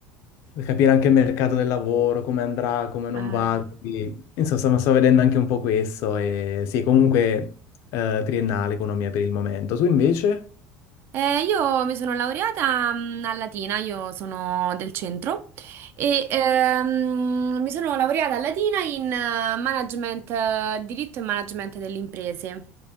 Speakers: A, on the left; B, on the right.
A: capire anche il mercato del lavoro, come andrà, come non
B: Eh,
A: va. Quindi, insomma, sto vedendo anche un po' questo e sì, comunque eh, triennale economia per il momento. Tu invece?
B: Eh, io mi sono laureata mm, a Latina, io sono del centro e ehm, mi sono laureata a Latina in eh, management, eh, diritto e management delle imprese.